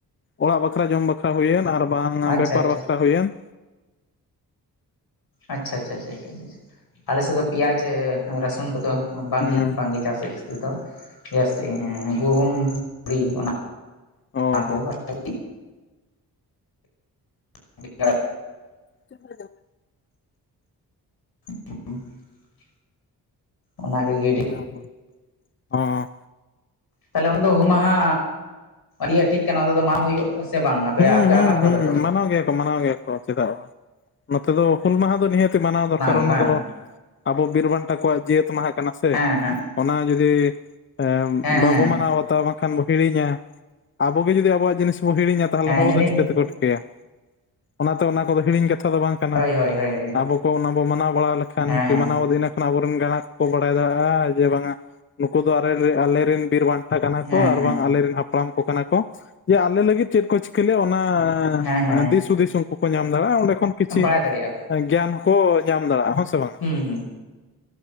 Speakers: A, on the left (about 30°); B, on the left (about 65°).
A: ᱚᱲᱟᱜ ᱵᱟᱠᱷᱨᱟ ᱡᱚᱢ ᱵᱟᱠᱷᱨᱟ ᱦᱩᱭᱮᱱ ᱟᱨ ᱵᱟᱝ
B: ᱟᱪᱪᱷᱟ
A: ᱵᱮᱯᱟᱨ
B: ᱟᱪᱪᱷᱟ
A: ᱵᱟᱠᱷᱨᱟ ᱦᱩᱭᱮᱱ
B: ᱟᱪᱪᱷᱟ ᱟᱪᱪᱷᱟ ᱪᱷᱟ ᱟᱞᱮᱥᱮᱫ ᱫᱚ ᱯᱮᱭᱟᱡᱽ ᱨᱟᱹᱥᱩᱱ ᱠᱚᱫᱚ ᱵᱟᱝᱜᱮ
A: ᱦᱩᱸ
B: ᱵᱟᱝᱜᱮ ᱪᱟᱥ ᱛᱮᱫᱚ ᱡᱥᱛᱤ ᱜᱩᱦᱩᱢ ᱛᱩᱲᱤ ᱚᱱᱟ
A: ᱚ
B: ᱚᱱᱟ
A: ᱦᱚᱸ
B: ᱠᱚ <unintelligible> ᱟᱪᱪ <unintelligible>
A: ᱴ <unintelligible>
B: <unintelligible> ᱚᱱᱟᱜᱮ ᱜᱤᱰᱤ
A: ᱦᱩᱸ <unintelligible>
B: ᱛᱟᱦᱚᱞᱮ ᱚᱱᱟ ᱫᱚ ᱦᱩᱢ ᱢᱟᱦᱟ ᱤᱭ ᱴᱷᱤᱠ ᱠᱟᱱᱟ ᱚᱱᱟ ᱫᱚ ᱢᱟ ᱦᱩᱭᱩᱜ ᱥᱮ ᱵᱟᱝ ᱟᱯᱮ
A: ᱦᱩᱸ
B: ᱟᱯᱮᱭᱟᱜ
A: ᱦᱩᱸ
B: ᱟᱛᱩ
A: ᱦᱩᱸ
B: ᱠᱚᱨᱮ ᱫᱚ
A: ᱢᱟᱱᱟᱣ ᱜᱮᱭᱟ ᱠᱚ ᱢᱟᱱᱟᱣ ᱜᱮᱭᱟ ᱠᱚ ᱪᱮᱫᱟᱜ ᱱᱚᱛᱮ ᱫᱚ ᱦᱩᱞ ᱢᱟᱦᱟ ᱫᱚ ᱱᱤᱦᱟᱹᱛ ᱢᱟᱱᱟᱣ ᱫᱚᱨᱠᱟᱨ
B: ᱜᱮ
A: ᱚᱱᱟ
B: ᱵᱟᱝ
A: ᱫᱚ ᱟᱵᱚ ᱵᱤᱨ ᱵᱟᱱᱴᱟ ᱠᱚᱣᱟᱜ ᱡᱤᱭᱟᱹᱛ ᱢᱟᱦᱟ ᱠᱟᱱᱟ ᱥᱮ
B: ᱦᱮᱸ ᱦᱮᱸ
A: ᱚᱱᱟ ᱡᱩᱫᱤ
B: ᱦᱮᱸ
A: ᱵᱟᱵᱚ
B: ᱦᱮᱸ
A: ᱢᱟᱱᱟᱣ ᱵᱟᱛᱟ ᱵᱟᱝᱠᱷᱟᱱ ᱵᱚ ᱦᱤᱲᱤᱧᱟ᱾ ᱟᱵᱚᱜ ᱜᱮ ᱡᱩᱫᱤ ᱟᱵᱚᱣᱟᱜ ᱡᱤᱱᱤᱥ ᱵᱚ ᱦᱤᱲᱤᱧᱟ᱾ ᱛᱟᱦᱚᱞᱮ
B: ᱦᱮᱸ
A: ᱦᱚᱲ
B: ᱦᱤᱲᱤᱧ
A: ᱫᱚ ᱪᱤᱠᱟᱹ ᱛᱮᱠᱚ ᱴᱷᱤᱠᱟᱹᱭᱟ᱾ ᱚᱱᱟᱛᱮ ᱚᱱᱟ ᱠᱚᱫᱚ ᱦᱤᱲᱤᱧ ᱠᱟᱛᱷᱟ ᱫᱚ ᱵᱟᱝ ᱠᱟᱱᱟ᱾
B: ᱦᱳᱭ ᱦᱳᱭ ᱦᱳᱭ
A: ᱟᱵᱚ ᱠᱚ ᱚᱱᱟᱵᱚ ᱢᱟᱱᱟᱣ ᱵᱟᱲᱟ ᱞᱮᱠᱷᱟᱱ
B: ᱦᱮᱸ ᱦᱮᱸ
A: ᱢᱟᱱᱟᱣ ᱟᱹᱫᱤᱱᱟ ᱟᱵᱚᱨᱮᱱ ᱜᱟᱬᱟ ᱠᱚ ᱵᱟᱲᱟᱭ ᱫᱟᱲᱮᱭᱟᱜᱼᱟ ᱡᱮ ᱵᱟᱝ ᱟ ᱱᱩᱠᱩ ᱫᱚ ᱟᱞᱮ ᱟᱞᱮᱨᱮᱱ ᱵᱤᱨ ᱵᱟᱱ ᱠᱟᱱᱟ ᱠᱚ
B: ᱦᱮᱸ
A: ᱟᱨ
B: ᱦᱮᱸ
A: ᱵᱟᱝ ᱟᱞᱮᱨᱮᱱ ᱦᱟᱯᱲᱟᱢ ᱠᱚ ᱠᱟᱱᱟ ᱠᱚ ᱡᱮ ᱟᱞᱮ ᱞᱟᱹᱜᱤᱫ ᱪᱮᱫ ᱠᱚ ᱪᱤᱠᱟᱹ ᱚᱱᱟ
B: ᱦᱮᱸ ᱦᱮᱸ
A: ᱫᱤᱥ ᱦᱩᱫᱤᱥ ᱩᱱᱠᱩ ᱠᱚ ᱧᱟᱢ ᱫᱟᱲᱮᱭᱟᱜᱼᱟ ᱚᱸᱰᱮ ᱠᱷᱚᱱ ᱠᱤᱪᱷᱤᱩ
B: ᱦᱮᱸ ᱵᱟᱲᱟᱭ ᱫᱟᱲᱮᱭᱟᱜᱼᱟ ᱠᱚ
A: ᱜᱮᱭᱟᱱ ᱠᱚ ᱧᱟᱢ ᱫᱟᱲᱮᱭᱟᱜᱼᱟ᱾ ᱵᱟᱝᱟ
B: ᱦᱩᱸ ᱦᱩᱸ